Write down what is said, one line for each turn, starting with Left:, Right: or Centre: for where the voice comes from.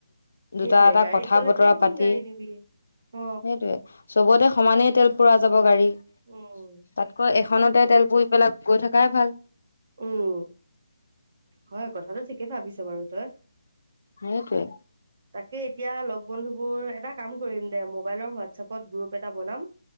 Right: সেইটোয়ে
Left: দুটা এটা
Right: গাড়ীত
Left: কথা
Right: গ'লে
Left: বতৰা
Right: কেইখন
Left: পাতি,
Right: গাড়ী নিবি অ
Left: সেইটোৱে। চবতে সমানেই তেল পুৰা যাব গাড়ী
Right: উম।
Left: তাতকৈ এখনতে তেলপুৰি পেলাই গৈ থকাই। ভাল।
Right: উম্। হয় কথাটো ঠিকে ভাবিছ বাৰু। তই
Left: সেইটোৱে।
Right: সেই এতিয়া লগ বন্ধু বোৰ, এটা কাম কৰিম দে মোবাইলৰ হোৱাটছএপত গ্ৰুপ এটা বনাম।